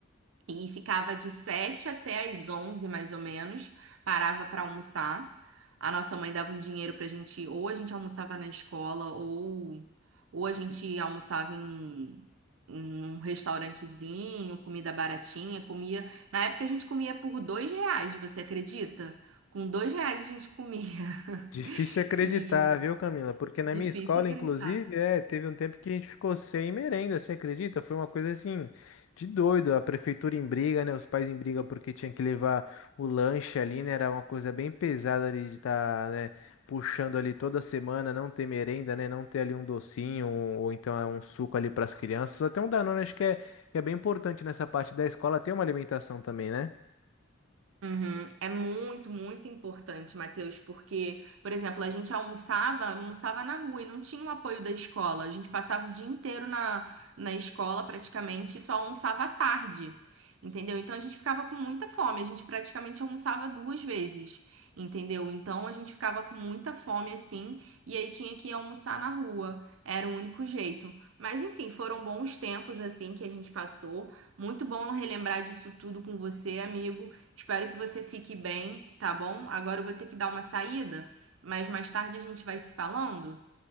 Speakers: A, on the right; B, on the left.
A: E ficava de 7 até as 11 mais ou menos. Parava para almoçar. A nossa mãe dava um dinheiro pra gente, ou a gente almoçava na escola, ou, ou a gente almoçava em, em um restaurantezinho, comida baratinha, comia. Na época a gente comia por dois reais, você acredita? Com dois reais a gente comia. <laughs>
B: Difícil acreditar,
A: E
B: viu, Camila? Porque
A: difícil
B: na minha escola,
A: acreditar.
B: inclusive, é, teve um tempo que a gente ficou sem merenda, você acredita? Foi uma coisa assim de doido. A prefeitura em briga, né? Os pais em briga porque tinha que levar o lanche ali, né? Era uma coisa bem pesada ali de estar, né, puxando ali toda semana, não ter merenda, né? Não ter ali um docinho um- ou então é um suco ali para as crianças. Até um Danone, acho que é, que é bem importante nessa parte da escola ter uma alimentação também, né?
A: Uhum. É muito, muito importante, Matheus, porque, por exemplo, a gente almoçava, almoçava na rua e não tinha o apoio da escola. A gente passava o dia inteiro na, na escola praticamente e só almoçava à tarde, entendeu? Então a gente ficava com muita fome, a gente praticamente almoçava duas vezes, entendeu? Então a gente ficava com muita fome assim e aí tinha que ir almoçar na rua. Era o único jeito. Mas enfim, foram bons tempos assim que a gente passou. Muito bom relembrar disso tudo com você, amigo. Espero que você fique bem, tá bom? Agora eu vou ter que dar uma saída, mas mais tarde a gente vai se falando.